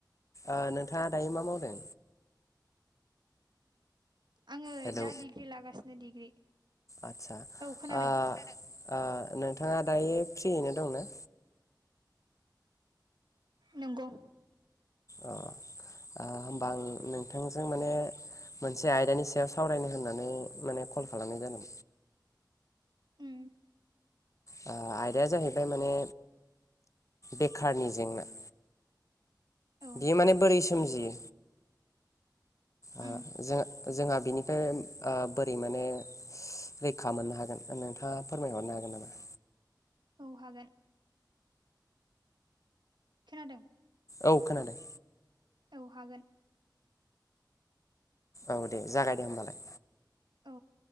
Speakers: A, on the left; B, on the right.
A: ओ नोंथाङा दायो मा मावदों?
B: आङो
A: हेलौ
B: दा डिग्रि लागासिनो डिग्रि
A: आतसा
B: औ खोनादों
A: आ आ नोंथाङा दायो फ्रियैनो दंना?
B: नंगौ।
A: अ आ होमबा आं नोंथांजों माने मोनसे आयदानि सायाव सावरायनो होननानै माने कल खालामनाय जादों।
B: उम।
A: आ आयदाया जाहैबाय माने बेखारनि जेंना।
B: औ
A: बियो माने बोरै सोमजियो ओ
B: उम
A: जोंहा ओ जोंहा बिनिफ्राय आ बोरै माने रैखा मोननो हागोन नोंथाङा फोरमायहरनो हागोन नामा।
B: औ हागोन। खोनादों?
A: औ खोनादों।
B: औ हागोन।
A: औ दे जागाय दे होमबालाय।
B: औ।